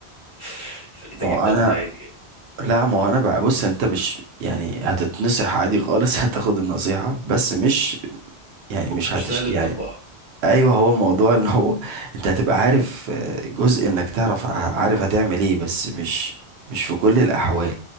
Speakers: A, on the left (about 35°); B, on the right (about 80°).
A: <laughs> فلقيتك
B: ما هو
A: انت
B: انا
A: بتعادي يعني
B: لا ما هو انا بقى بص انت مش يعني هتتنصح عادي خالص <laughs> هتاخد النصيحة بس مش يعني مش هتش
A: مش سهل
B: يعني
A: تطبقها
B: ايوه هو موضوع ان هو انت هتبقى عارف آه، جزء انك تعرف ع- عارف هتعمل ايه بس مش مش في كل الاحوال